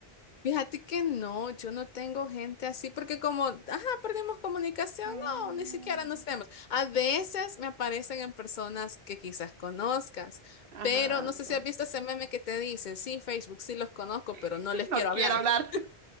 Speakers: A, on the left; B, on the right.
A: Fíjate que no, yo no tengo gente así porque como, ajá, perdimos comunicación,
B: Mm,
A: no, ni siquiera nos vemos. A veces me aparecen en personas que quizás conozcas,
B: Ajá,
A: pero no sé
B: no,
A: si has visto ese meme que te dice, sí, Facebook, sí los conozco, pero
B: <laughs>
A: no les quiero
B: no quiero
A: hablar.
B: hablar.
A: <laughs>